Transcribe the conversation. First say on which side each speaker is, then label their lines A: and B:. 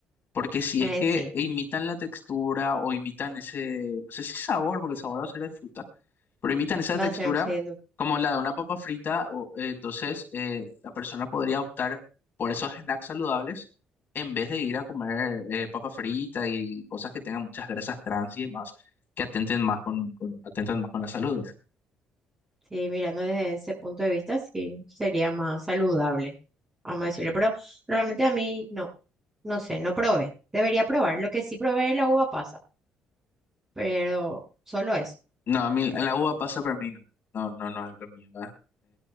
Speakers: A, on the left; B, on the right.
A: Porque si
B: eh,
A: es que
B: sí,
A: imitan la textura o imitan ese, no sé si sabor, porque el sabor va a ser de fruta, pero imitan esa textura
B: va a ser, sí,
A: como la de una papa frita, o- eh, entonces eh, la persona podría optar por esos snacks saludables en vez de ir a comer eh, papa frita y cosas que tengan muchas grasas trans y demás, que atenten más con, con- atentan más con la salud, ¿verdad?
B: Sí, mirando desde ese punto de vista, sí, sería más saludable, vamos a decirlo, pero realmente a mí no, no sé, no probé, debería probar,
A: Ujú.
B: lo que sí probé es la uva pasa, pero solo eso.
A: No, a mí la uva pasa para mí, no, no, no, no es lo mío, ¿verdad?